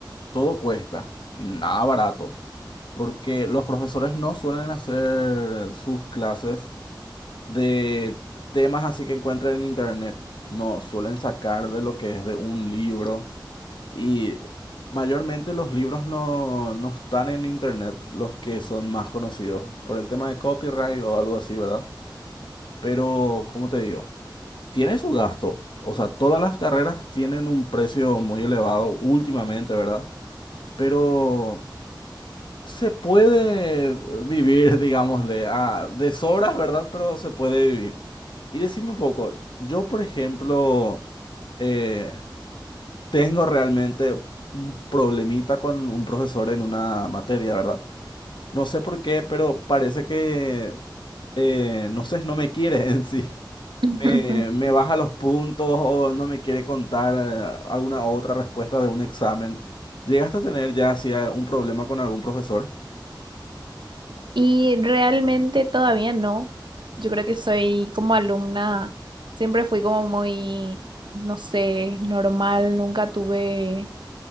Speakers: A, on the left; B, on the right.
A: todo cuesta y nada barato, porque los profesores no suelen hacer sus clases de temas así que encuentren en internet, no, suelen sacar de lo que es de un libro. Y mayormente los libros no, no están en internet, los que son más conocidos, por el tema de copyright o algo así, ¿verdad? Pero, como te digo? Tiene su gasto. O sea, todas las carreras tienen un precio muy elevado últimamente, ¿verdad? Pero se puede vivir, <laughs> digámosle, a, de sobras, ¿verdad? Pero se puede vivir. Y decime un poco, yo, por ejemplo, eh, Tengo realmente un problemita con un profesor en una materia, ¿verdad? No sé por qué, pero parece que, eh, no sé, no me quiere <laughs> en sí.
B: <laughs>
A: Me, me baja los puntos o no me quiere contar eh, alguna otra respuesta de un examen. ¿Llegaste a tener ya así eh, un problema con algún profesor?
B: Y realmente todavía no. Yo creo que soy como alumna, siempre fui como muy, no sé, normal, nunca tuve